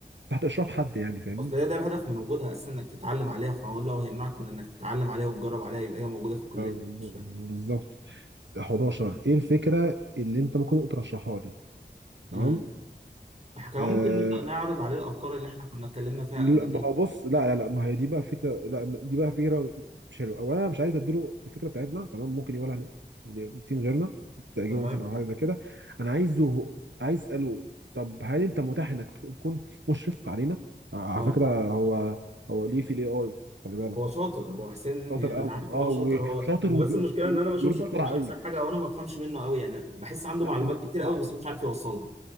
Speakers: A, on the right; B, on the right.
A: تحت اشراف حد يعني فاهمني
B: اصل هي ده الهدف من وجودها اساسا انك تتعلم عليها فهو لو هيمنعك من انك تتعلم عليها وتجرب عليها يبقى هي موجوده في الكليه
A: بالظبط
B: مش فاهم
A: 11 ايه الفكره اللي انت ممكن ترشحها لي تمام
B: امم احنا كمان
A: آه
B: ممكن نبدا نعرض عليه الافكار اللي احنا كنا اتكلمنا فيها
A: لا
B: قبل كده
A: ما هو بص لا لا لا ما هي دي بقى فكره لا دي بقى فكره مش حلوه اولا انا مش عايز اديله الفكره بتاعتنا تمام ممكن يقولها لتيم غيرنا تعجبه
B: تمام
A: مثلا او حاجه زي كده انا عايزه عايز اساله طب هل انت متاح انك تكون مشرف علينا آه، على
B: اه
A: فكره هو هو ليه في الاي اي خلي بالك
B: هو شاطر هو حسين
A: شاطر
B: يعني
A: قوي
B: انا عارف
A: اه
B: ان هو شاطر
A: وشاطر
B: هو هو
A: وبي-
B: بس المشكله
A: وبيرد
B: ان انا بشوف شرحه
A: بسرعه
B: مش
A: قوي
B: احسن حاجه او انا ما بفهمش منه قوي يعني بحس عنده
A: لا
B: معلومات
A: بيرد
B: كتير
A: بسرعه
B: قوي
A: قوي
B: بس مش عارف يوصلها